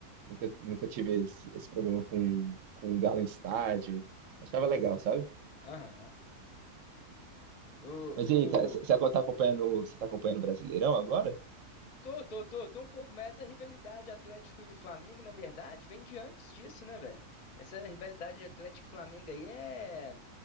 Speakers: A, on the right; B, on the left.
A: nunca, nunca tive esse, esse problema com, com o Galo em estádio, achava legal, sabe?
B: aham. O,
A: Mas e aí, cara, você tá acompanhando, você tá acompanhando o Brasileirão agora?
B: Tô, tô, tô, tô um pouco, mas essa rivalidade Atlético e Flamengo, na verdade, vem de antes disso, né, velho? Essa rivalidade de Atlético e Flamengo aí é